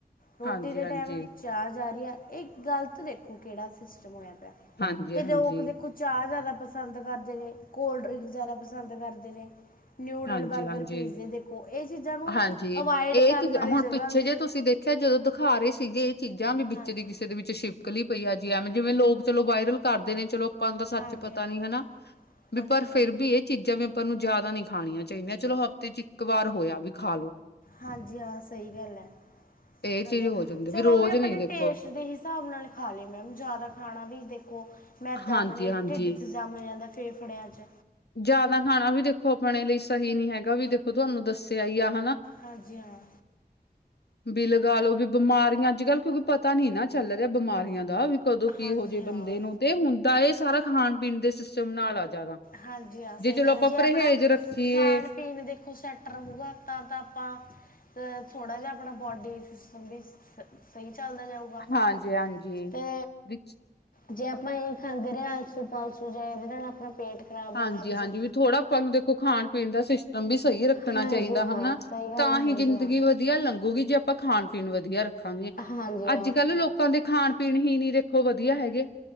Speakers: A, on the left; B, on the left.
A: ਰੋਟੀ
B: ਹਾਂਜੀ-ਹਾਂਜੀ,
A: ਦੇ ਟਾਈਮ ਚਾਹ ਜਾ ਰਹੀ ਆ। ਇਹ ਗ਼ਲਤ ਦੇਖੋ ਕਿਹੜਾ ਸਿਸਟਮ ਹੋਇਆ ਪਿਆ,
B: ਹਾਂਜੀ-ਹਾਂਜੀ,
A: ਤੇ ਲੋਕ ਦੇ ਚਾਹ ਜ਼ਿਆਦਾ ਪਸੰਦ ਕਰਦੇ ਨੇ, ਕੋਲਡ ਡਰਿੰਕ ਜ਼ਿਆਦਾ ਪਸੰਦ ਕਰਦੇ ਨੇ ਨਿਊਡਲ,
B: ਹਾਂਜੀ-ਹਾਂਜੀ,
A: ਬਰਗਰ, ਪੀਜ਼ੇ ਦੇਖੋ ਇਹ ਚੀਜ਼ਾਂ ਨੂੰ
B: ਹਾਂਜੀ।
A: ਅਵਾੋਇਡ
B: ਇਹ
A: ਕਰਨ
B: ਚੀਜ਼
A: ਵਾਲੀ
B: ਹੁਣ
A: ਜਗ੍ਹਾ
B: ਪਿੱਛੇ
A: ਨੂੰ
B: ਜੇ ਤੁਸੀਂ ਦੇਖਿਆ ਜਦੋਂ ਦਿਖਾ ਰਹੇ ਸੀਗੇ ਇਹ ਚੀਜ਼ਾਂ ਵੀ ਵਿੱਚ
A: ਹਾਂਜੀ
B: ਦੀ ਕਿਸੇ ਦੇ ਵਿੱਚਿ ਛਿੱਪ ਕਲੀ ਪਈ ਆ ਜੀ। ਐਵੇਂ ਜਿਵੇਂ ਲੋਕ ਚਲੋ ਵਾਇਰਲ ਕਰਦੇ ਨੇ ਚਲੋ ਆਪਾਂ ਨੂੰ ਤਾਂ ਸੱਚ
A: ਹਾਂਜੀ
B: ਹੀ ਪਤਾ
A: ਹਾਂ
B: ਨੀ ਹਨਾ? ਵੀ
A: ਹਾਂਜੀ
B: ਪਰ
A: ਹਾਂ
B: ਫੇਰ ਵੀ ਇਹ ਚੀਜ਼ਾਂ ਵੀ ਆਪਾਂ ਨੂੰ ਜ਼ਿਆਦਾ ਨੀ ਖਾਣੀਆਂ ਚਾਹੀਦੀਆਂ। ਚਲੋ ਹਫ਼ਤੇ ਚ ਇੱਕ ਵਾਰ ਹੋਇਆ ਵੀ ਖਾ ਲੋ।
A: ਹਾਂਜੀ ਹਾਂ ਸਹੀ ਗੱਲ ਹੈ।
B: ਇਹ ਚੀਜ਼ ਹੋ ਜਾਂਦੀ
A: ਚਲੋ
B: ਰੋਜ਼
A: ਉਹ ਵੀ ਆਪਾਂ
B: ਨੀ
A: ਨੇ
B: ਦੇਖੋ
A: ਟੇਸਟ ਦੇ ਹਿ ਹਿਸਾਬ ਨਾਲ ਖਾ ਲਏ। ਮੈਮ, ਜਿਆਦਾ ਖਾਣਾ ਵੀ ਦੇਖੋ ਮੈਂਦਾਂ
B: ਹਾਂਜੀ-ਹਾਂਜੀ।
A: ਆਪਣੇ ਢਿੱਡ'ਚ ਜੰਮ ਜਾਂਦਾ ਫੇਫੜਿਆਂ'ਚ
B: ਜ਼ਿਆਦਾ ਖਾਣਾ ਵੀ ਦੇਖੋ ਆਪਣੇ ਲਈ ਸਹੀ ਨੀ ਹੈਗਾ ਵੀ ਦੇਖੋ ਤੁਹਾਨੂੰ ਦੱਸਿਆ ਹੀ, ਆ ਹੈ ਨਾ?
A: ਹਾਂਜੀ ਹਾਂ।
B: ਵੀ ਲਗਾ ਲਓ ਵੀ ਬਿਮਾਰੀਆਂ ਅੱਜ ਕੱਲ ਕਿਉਂਕਿ ਪਤਾ ਨੀ ਨਾ ਚੱਲ ਰਿਹਾ ਬਿਮਾਰੀਆਂ ਦਾ ਵੀ ਕਦੋਂ ਕੀ
A: ਹਾਂਜੀ
B: ਹੋ ਜੇ ਬੰਦੇ
A: ਹਾਂ
B: ਨੂੰ, ਤੇ ਹੁੰਦਾ ਇਹ ਸਾਰਾ ਖਾਣ ਪੀਣ ਦੇ ਸਿਸਟਮ ਨਾਲ ਆ ਜ਼ਿਆਦਾ।
A: ਹਾਂਜੀ ਹਾਂ ਸਹੀ
B: ਚਲੋ
A: ਗੱਲ
B: ਆਪਾਂ
A: ਹੈ। ਜੇ
B: ਪਰਹੇਜ਼
A: ਆਪਣਾ
B: ਰੱਖੀਏ
A: ਖਾਣ ਪੀਣ ਦੇਖੋ ਸੈਟ ਰਹੂਗਾ ਤਾਂ- ਤਾਂ ਆਪਾਂ ਤੇ ਥੋੜਾ ਜਿਹਾ ਆਪਣਾ ਬੋਡੀ ਸਿਸਟਮ ਵੀ ਸ ਸਹੀ ਚੱਲਦਾ ਜਾਊਗਾ।
B: ਹਾਂਜੀ ਹਾਂਜੀ।
A: ਤੇ
B: ਵਿੱਚ
A: ਜੇ ਆਪਾਂ ਇਹੀ ਖਾਂਦੇ ਰਹੇ ਆਲਸੂ ਪਲਸੂ ਜਾਂ ਇਹਦੇ ਨਾਲ ਆਪਣਾ ਪੇਟ ਖਰਾਬ ਹੋਣ
B: ਹਾਂਜੀ-ਹਾਂਜੀ
A: ਲੱਗ ਜੂ
B: ਵੀ ਥੋੜ੍ਹਾ ਆਪਾਂ ਨੂੰ ਦੇਖੋ ਖਾਣ ਪੀਣ ਦਾ ਸਿਸਟਮ ਵੀ ਸਹੀ ਰੱਖ ਣਾ
A: ਹਾਂਜੀ
B: ਚਾਹੀਦਾ
A: ਹਾਂ,
B: ਹਨਾ?
A: ਸਹੀ ਗੱਲ
B: ਤਾਂ
A: ਹੈ,
B: ਹੀ
A: ਹਾਂਜੀ
B: ਜ਼ਿੰਦਗੀ
A: ਹਾਂ।
B: ਵ ਧੀਆ ਲੰਘੂਗੀ ਜੇ ਆਪਾਂ ਖਾਣ-ਪੀਣ ਵਧੀਆ ਰੱਖਾਂਗੇ।
A: ਹਾਂਜੀ ਹਾਂ,
B: ਅੱਜ-ਕੱਲ ਲੋਕ ਲੋਕਾਂ ਦੀ ਖਾਣ-ਪੀਣ ਹੀ ਨੀ ਦੇਖੋ ਵਧੀਆ ਹੈਗੇ।